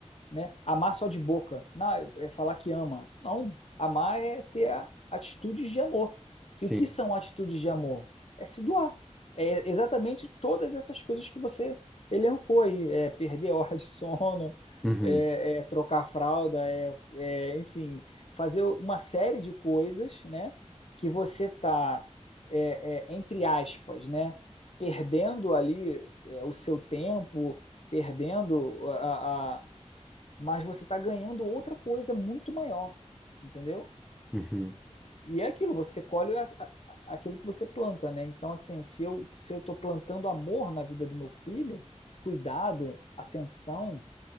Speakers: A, on the left; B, in the centre.
A: né? Amar só de boca. Não, é falar que ama. Não, amar é ter a- atitudes de amor.
B: Sim.
A: E o que são atitudes de amor? É se doar. É exatamente todas essas coisas que você elencou aí. É perder a hora de sono,
B: Uhum.
A: é, é trocar a fralda, é, é, enfim, fazer uma série de coisas, né? Que você tá, é, é, entre aspas, né? Perdendo ali, é, o seu tempo, perdendo a, a- mas você está ganhando outra coisa muito maior, entendeu?
B: Uhum.
A: E é aquilo, você colhe a- a- aquilo que você planta, né? Então, assim, se eu se eu estou plantando amor na vida do meu filho, cuidado, atenção,